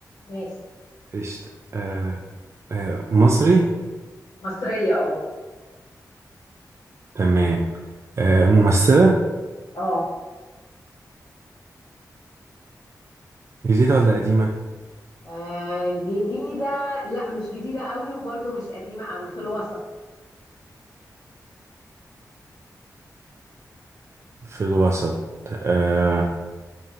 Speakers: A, on the left; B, on the right.
A: ماشي
B: قشطة آه، آه، مصري
A: مصرية اه
B: تمام آه، ممثلة
A: اه
B: جديدة ولا قديمة
A: آه، جديدة لا مش جديدة قوي وبرضه مش قديمة قوي في الوسط
B: في الوسط آه،